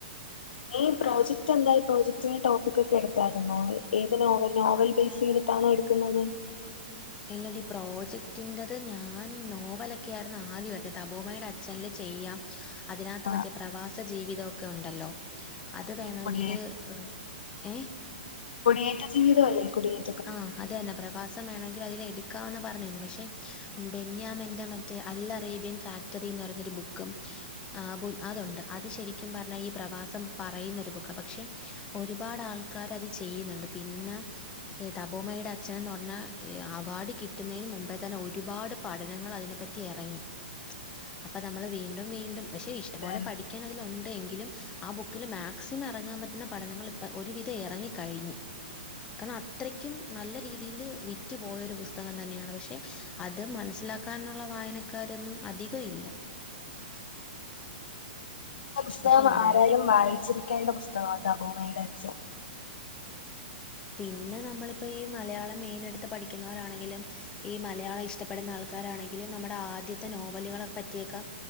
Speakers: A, on the left; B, on the left.
A: ഉ ഏഹ് പ്രോജക്റ്റെന്തായി പ്രോജക്റ്റിന്റെ ടോപ്പിക്കൊക്കെ എടുത്താരുന്നോ ഏത് നോവൽ നോവൽ ബേസ് ചെയ്തിട്ടാണോ എട് ക്ക്ന്നത്
B: ഇല്ലടീ പ്രോജക്റ്റിന്റെത് ഞാൻ നോവലക്കെയാരുന്നു ആദ്യം എടുത്തത് തപോമയുടെ ചല്ല് ചെയ്യാം അതിനാത്ത്
A: ആഹ്
B: മറ്റേ പ്രവാസ ജീവിതവൊക്കെ ഒണ്ടല്ലോ
A: ആഹ്
B: അത് വേണേങ്കില്
A: കുടിയേറ്റ
B: ആഹ് ഏഹ്
A: കുടിയേറ്റ ജീവിതവല്ലേ കുടിയേ
B: ആഹ് അതന്നെ പ്രവാസ ത്തം വേണെങ്കിലതിൽ എടുക്കാന്ന് പറഞ്ഞിരുന്നു പക്ഷെ ബെന്യാമന്റെ മറ്റേ അൽ അറേബ്യൻ ഫാക്- ത്ത്റീന്ന് പറേന്നൊരു ബുക്കും ആഹ് ബുൽ അതൊണ്ട് അത് ശെരിക്കും പറഞ്ഞാ ഈ പ്രവാസം പറയുന്നൊരു ബുക്കാ പക്ഷെ ഒരുപാട് ആൾക്കാരത് ചെയ്യ്‌ന്ന്ണ്ട് പിന്നെ ഏഹ് തപോമയുടെ അച്ഛനന്ന് പറഞ്ഞാ ഏഹ് അവാർഡ് കിട്ടുന്നേന് മുമ്പേ തന്നെ ഒരുപാട് പഠനങ്ങള് അതിനെ പറ്റി എറങ്ങി അപ്പ നമ്മൾ വീണ്ടും വീണ്ടും പക്ഷെ ഇഷ്ടം
A: അതന്നെ
B: പൊലെ പടി ക്കുന്നതില് ഉണ്ട് എങ്കിലും ആ ബുക്കില് മാക്സിമം എറങ്ങാം പറ്റുന്ന പഠനങ്ങൾ ഇപ്പ ഒരുവിധം എറങ്ങി കഴിഞ്ഞ് കാരണം അത്രക്കും നല്ല രീതിയില് വിറ്റ്പോയ ഒരു പുസ്തകം തന്നെണ് പക്ഷെ അത് മൻസ്സിലാ ക്കാനുള്ള വായനക്കാരൊന്നും അധിക ഇല്ല
A: ആ പുസ്തകം
B: പക്ഷെ എന്തായാലും
A: ആരായാലും വായിച്ചിരിക്കേണ്ട പുസ്തകാ തബൂമയുടെ അച്ഛൻ
B: പിന്നെ നമ്മളിപ്പ ഈ മലയാളം മെയിന് ഇട്ത്ത് പഠിക്കുന്നവരാണെങ്കിലും ഈ മലയാളം ഇഷ്ടപ്പെടുന്ന ആൾക്കാരാണെങ്കിലും നമ്മുടെ ആദ്യത്തെ നോവലുകളെ പറ്റിയൊക്ക